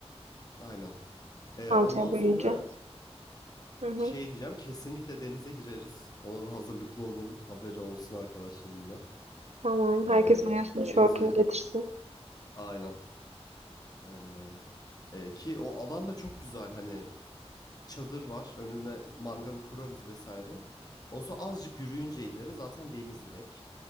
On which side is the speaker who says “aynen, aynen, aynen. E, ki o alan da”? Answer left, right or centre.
Left